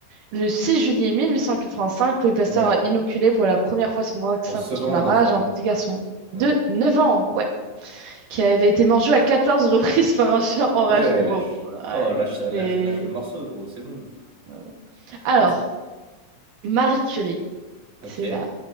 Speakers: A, on the right; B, on the right.
A: Le 6 juillet 1885, Louis Pasteur
B: Ouais.
A: a inoculé pour la première fois son vaccin
B: En sauvant
A: contre la
B: un
A: rage
B: enfant.
A: à un petit garçon
B: Ouais.
A: de 9 ans, ouais, qui avait été mordu à 14 reprises par un chien enragé.
B: Wesh.
A: Wow. Ouais,
B: Oh, lâche ça,
A: mais...
B: lâche, lâche le morceau, gros, c'est bon.
A: euh.
B: <laughs>
A: Alors, Marie Curie.
B: Ok.
A: C'est la